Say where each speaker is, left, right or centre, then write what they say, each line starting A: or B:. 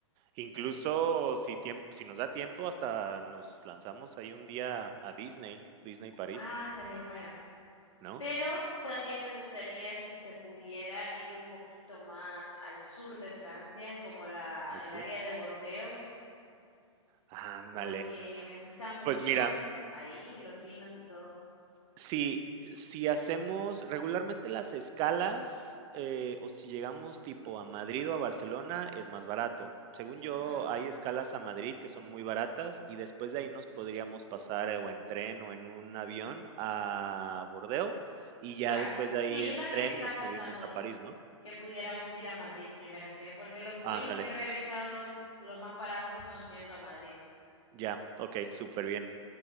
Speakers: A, on the right; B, on the left.
A: incluso
B: Ent-
A: si tiemp si nos da tiempo, hasta nos lanzamos ahí un día a Disney, Disney París,
B: ah, estaría bueno.
A: ¿no?
B: Pero también me gustaría si se pudiera ir un poquito más al sur de Francia, como la,
A: Al
B: el
A: sur.
B: área de Bordeos,
A: Ándale.
B: porque me gusta mucho
A: Pues mira,
B: ahí los vinos y todo.
A: si si hacemos regularmente las escalas, eh, o si llegamos tipo a Madrid o a Barcelona, es más barato. Según yo,
B: Ujú,
A: hay escalas a Madrid que son muy baratas y después de ahí nos podríamos pasar eh, o en tren o en un avión a Bordeaux y ya
B: Claro.
A: después de
B: Sí,
A: ahí
B: yo
A: en
B: también
A: tren
B: estaba
A: nos
B: pensando
A: subimos a París, ¿no?
B: que pudiéramos ir a Madrid primero que, porque los vuelos
A: Ándale,
B: que he revisado, los más baratos son yendo a Madrid.
A: ya, ok, súper bien.